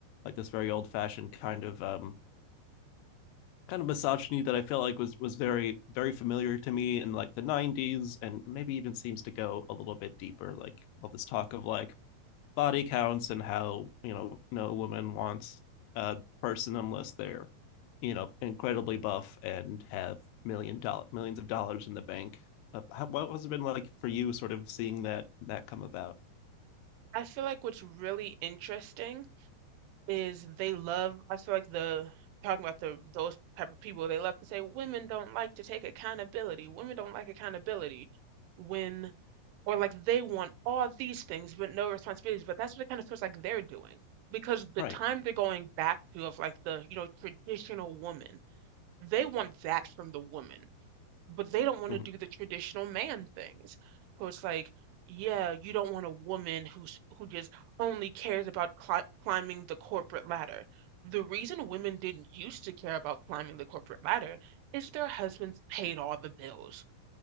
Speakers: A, on the left; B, on the right.
A: like this very old-fashioned kind of um kind of misogyny that I feel like was was very very familiar to me in like the 90s and maybe even seems to go a little bit deeper like all this talk of like body counts and how you know no woman wants a person unless they're you know incredibly buff and have million dollar millions of dollars in the bank uh, how, what has it been like for you sort of seeing that that come about
B: I feel like what's really interesting is they love, I feel like the talking about the those type of people, they love to say women don't like to take accountability. Women don't like accountability when or like they want all these things but no responsibilities. But that's what it kind of feels like they're doing. Because the
A: right
B: time they're going back to of like the, you know, traditional woman, they want that from the woman. but they don't want
A: mm-hmm.
B: to do the traditional man things. So it's like, yeah, you don't want a woman who's who just only cares about cli climbing the corporate ladder. The reason women didn't used to care about climbing the corporate ladder is their husbands paid all the bills.